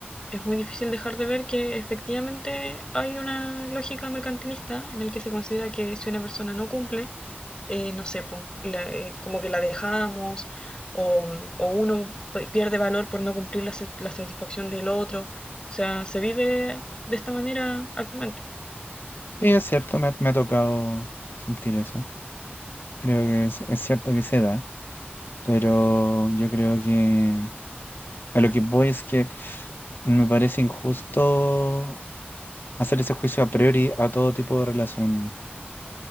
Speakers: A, on the left; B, on the left.
A: es muy difícil dejar de ver que efectivamente hay una lógica mercantilista en el que se considera que si una persona no cumple, eh, no sé, po, la- eh, como que la dejamos o, o uno p- pierde valor por no cumplir la, sa- la satisfacción del otro. O sea, se vive de esta manera actualmente.
B: Y es cierto, me, ha me ha tocado sentir eso. Creo que es, es cierto que se da, pero yo creo que a lo que voy es que me parece injusto hacer ese juicio a priori a todo tipo de relación